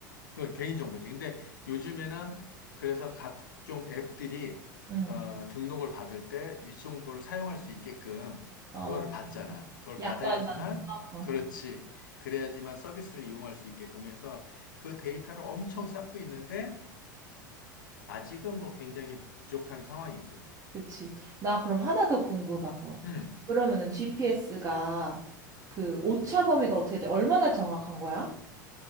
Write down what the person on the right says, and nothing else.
응.
어,
약관
받는 거? 어,
그치. 나 그럼 하나 더 궁금한 거.
그러면은 GPS가 그 오차 범위가 어떻게 돼? 얼마나 정확한 거야?